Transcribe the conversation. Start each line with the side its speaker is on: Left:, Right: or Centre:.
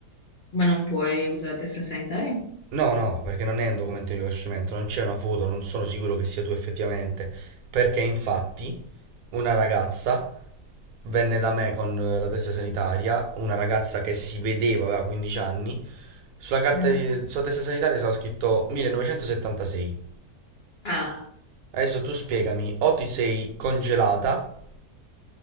Left: ma non puoi usare la testa sanitaria?
Right: No, no, perché non è un documento di riconoscimento, non c'è una foto, non sono sicuro che sia tu effettivamente, perché infatti una ragazza venne da me con eh, la testa sanitaria, una ragazza che si vedeva, aveva 15 anni, sulla carta
Left: Sì.
Right: di, sulla testa sanitaria stava scritto 1976.
Left: Ah,
Right: Adesso tu spiegami, o ti sei congelata,